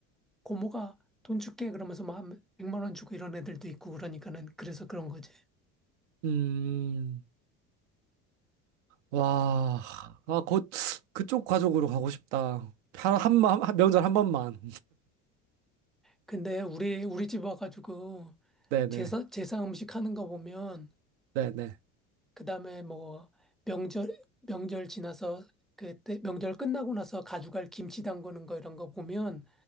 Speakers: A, in the centre; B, on the right (about 80°).
A: 고모가 돈 줄게. 그러면서 막 100만 원 주고 이런 애들도 있고 그러니까는 그래서 그런 거지.
B: 음. 와. 아, 곧 그쪽 가족으로 가고 싶다. 한, 한, 번- 한 명절 한 번만.
A: 근데 우리 우리 집 와가지고
B: 네네.
A: 제사 제사 음식 하는 거 보면
B: 네네.
A: 그다음에 뭐 명절 명절 지나서 그때 명절 끝나고 나서 가져갈 김치 담그는 거 이런 거 보면